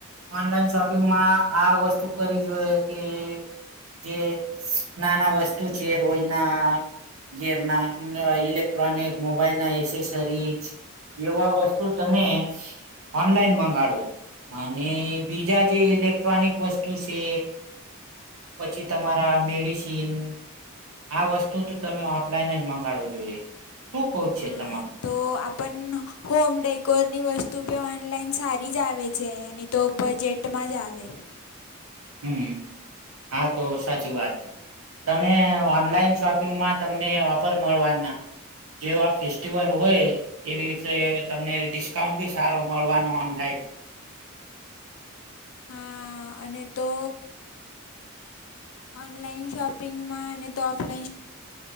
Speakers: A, on the right; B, on the left.
A: ઓનલાઈન શોપિંગમાં આ વસ્તુ કરવી જોઈએ કે જે નાના વસ્તુ છે, રોજના ગીરના ઇલેક્ટ્રોનિક મોબાઈલ ના એસેસરીજ એવા વસ્તુ તમે ઓનલાઈન મંગાડવો માને બીજા જે ઇલેક્ટ્રોનિક વસ્તુ છે. પછી તમારા મેડિસીન આ વસ્તુ તો તમે ઓફલાઈન જ મંગાડો જોઈએ શું કવ છે,
B: હા
A: તમા
B: તો આપન હોમ ડેકોરની વસ્તુ બી ઓનલાઈન સારી જ આવે છે, એની તો બજે ટમાં જ આવે
A: હમ આ તો સાચી વાત છે. તમે ઓનલાઈન શોપિંગમાં તમને ઓફર મળવાના જેવા ફેસ્ટિવલ હોય એવી વિશે તમને ડિસ્કાઉન્ટ ભી સારો મળવાનો ઓનલાઈન
B: હા અને તો ઓનલાઈન શોપિંગમાં અને તો ઓફલાઈન